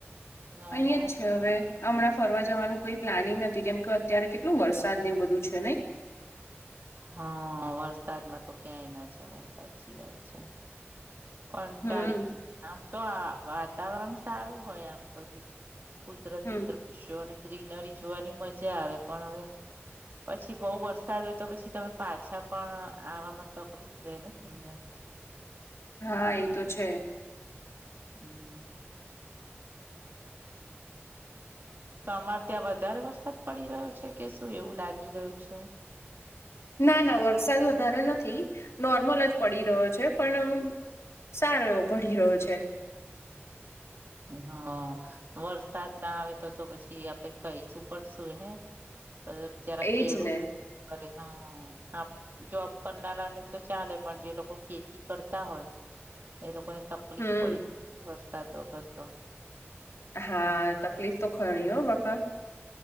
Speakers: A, on the right (about 50°); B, on the left (about 80°).
A: ઓહો
B: અહીં જ છે હવે. હમણાં ફરવા જવાનું કોઈ પ્લાનિંગ નથી કેમ કે અત્યારે કેટલું વરસાદ ને એ બધું છે નહી?
A: હા, વરસાદમાં તો ક્યાંય ના જવાય સાચી વાત છે. કંટાળી
B: હમ
A: આમ તો આ વાતાવરણ સારું હોય આમ બધું. કુદરતી
B: હમ
A: દ્રશ્યો અને ગ્રીનરી જોવાની મજા આવે પણ હવે પછી બહુ વરસાદ હોય તો પછી તમે પાછા પણ આવામાં તકલીફ રહે ને તમને.
B: હા, એ તો છે.
A: હમ્મ. તો અમારે ત્યાં વધારે વરસાદ પડી રહ્યો છે કે શું એવું લાગી રહ્યું છે.
B: ના, ના વરસાદ વધારે નથી, નોર્મલ જ પડી રહ્યો છે. પણ આમ સારો એવો પડી રહ્યો છે.
A: હા. વરસાદ ના આવે તો-તો પછી આપડે કઈશું પણ શું હે. તો-તો બિચારા
B: એજ
A: ખેડૂત
B: ને
A: <unintelligible> આપ જોબ કરનારાને તો ચાલે પણ જે લોકો ખેતી કરતા હોય એ લોકોને તકલીફ
B: હમ
A: પડી વરસાદ વગર તો.
B: હા તકલીફ તો ખરી હો બાપા.